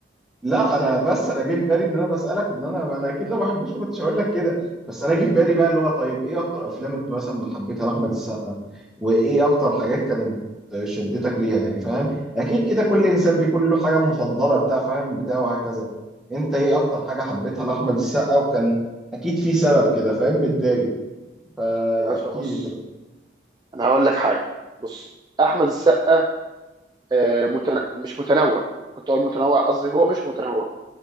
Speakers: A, in the centre; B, on the right.
A: لا انا بس انا جه في بالي ان انا بسالك ان انا انا اكيد لو ما بحبوش ما كنتش هقول لك كده بس انا جه في بالي بقى اللي هو طيب ايه اكتر افلام انت مثلا حبيتها لاحمد السقا وايه اكتر حاجات كانت شدتك ليها يعني فاهم اكيد كده كل انسان بيكون له حاجه مفضله بتاع فاهم بتاع وهكذا انت ايه اكتر حاجه حبيتها لاحمد السقا وكان اكيد في سبب كده فاهم متداري فاحكي
B: يا باشا بص
A: لي كده
B: انا هقول لك حاجه بص احمد السقا آه، متن... مش متنوع كنت اقول متنوع قصدي هو مش متنوع